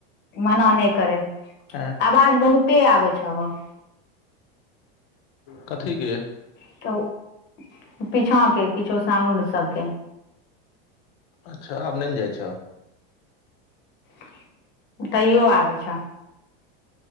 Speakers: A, on the left; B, on the left.
A: मना नै करै।
B: ऐं
A: आवाज बहुते आबै छ हौ।
B: <inaudible> कथी के?
A: <inaudible> पीछाँ के किछो साउंड सबके।
B: अच्छा, आब नै न जाइ छौ?
A: <inaudible> तैयो आबै छ।